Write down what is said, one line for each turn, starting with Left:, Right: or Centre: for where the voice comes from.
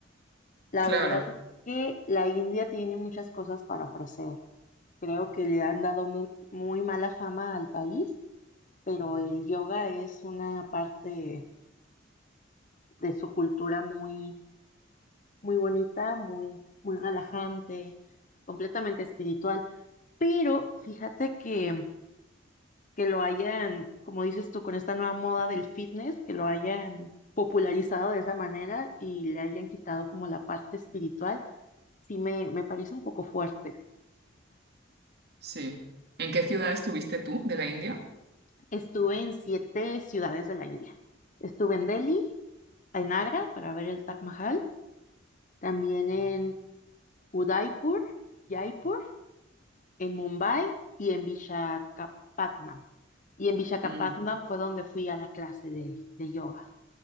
Left: La
Right: claro,
Left: verdad es que la India tiene muchas cosas para ofrecer. Creo que le han dado muy, muy mala fama al país, pero el yoga es una parte de su cultura muy, muy bonita, muy, muy relajante, completamente espiritual. Pero fíjate que que lo hayan, como dices tú, con esta nueva moda del fitness, que lo hayan popularizado de esa manera y le hayan quitado como la parte espiritual, sí me, me parece un poco fuerte.
Right: sí. ¿En qué ciudad estuviste tú de la India?
Left: Estuve en siete ciudades de la India. Estuve en Delhi, en Agra para ver el Taj Mahal, también en Udaipur, Jaipur, en Mumbai y en Visakhapatnam. Y en Visakhapatnam
Right: Mm.
Left: fue donde fui a la clase de, de yoga.